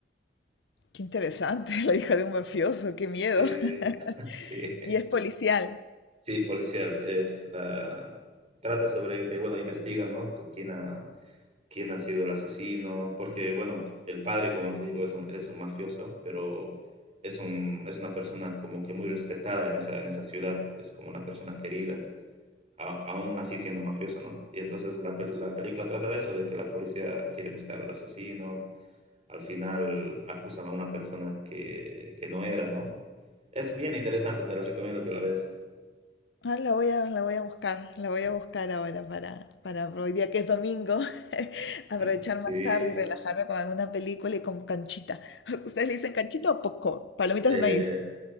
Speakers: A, on the left; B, on the right.
A: Qué interesante, <laughs> la hija de un mafioso, qué
B: Sí,
A: miedo. <laughs>
B: <laughs> sí,
A: Y es policial.
B: sí, policial. Es la, trata sobre que, bueno, investigan, ¿no? Quién ha, quién ha sido el asesino, porque, bueno, el padre, como te digo, es un, es un mafioso, pero es, un, es una persona como que muy respetada en esa, en esa ciudad, es como una persona querida. a- aún así siendo mafiosa, ¿no? Y entonces la, pel- la película trata de eso, de que la policía quiere buscar al asesino, al final acusan a una persona que, que no era, ¿no? Es bien interesante, te la recomiendo que la veas.
A: Ah, la voy a, la voy a buscar, la voy a buscar ahora para, para hoy día que es domingo, <laughs> aprovechar
B: Sí.
A: más tarde y relajarme con alguna película y con canchita. <laughs> ¿Ustedes le dicen canchita o popcorn? Palomitas
B: Eh,
A: de maíz.